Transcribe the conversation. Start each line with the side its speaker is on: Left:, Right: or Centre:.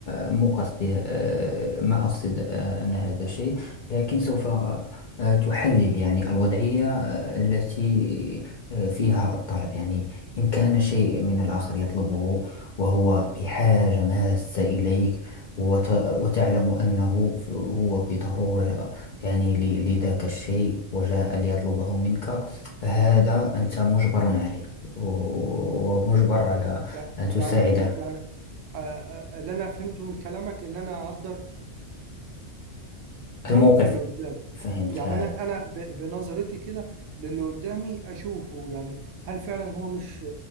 Left: آه، مو قصدي آه، ما أقصد آه، أن هذا شيء لكن سوف آه، تحلل يعني الوضعية آه، التي آه، فيها الطلب يعني إن كان شيء من الآخر يطلبه وهو بحاجة ماسة إليك وت... وتعلم أنه ف- هو بضرورة يعني ل... لذاك الشيء وجاء ليطلبه منك فهذا أنت مجبر عليه و- ومجبر على
Right: يع-
Left: أن تساعده
Right: يعني آه، يعني آه، آه، اللي انا فهمته من كلامك ان انا اقدر الموقف
Left: الموقف
Right: اللي قدامي
Left: فهمت
Right: يعني
Left: هذا
Right: انا انا ب- بنظرتي كده للي قدامي اشوفه يعني هل فعلا هو مش